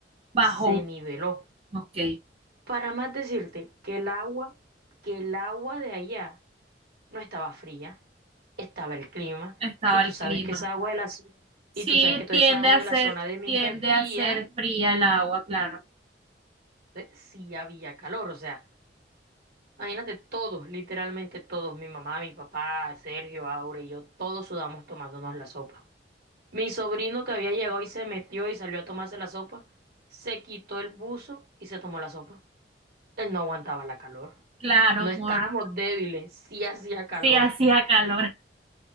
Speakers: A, on the right; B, on the right.
A: bajó.
B: se niveló.
A: Ok,
B: Para más decirte que el agua, que el agua de allá no estaba fría, estaba el clima,
A: estaba
B: y tú
A: el
B: sabes
A: clima.
B: que esa agua de la
A: Sí,
B: y tú sabes que toda
A: tiende
B: esa agua
A: a
B: de
A: ser,
B: la zona de Minca
A: tiende
B: es fría,
A: a ser fría el agua, claro.
B: entonces sí había calor, o sea. Imagínate todos, literalmente todos, mi mamá, mi papá, Sergio, Aure y yo, todos sudamos tomándonos la sopa. Mi sobrino que había llegado y se metió y salió a tomarse la sopa, se quitó el buzo y se tomó la sopa. Él no aguantaba la calor.
A: Claro,
B: No estábamos
A: amor.
B: débiles, sí hacía calor.
A: Sí, hacía calor.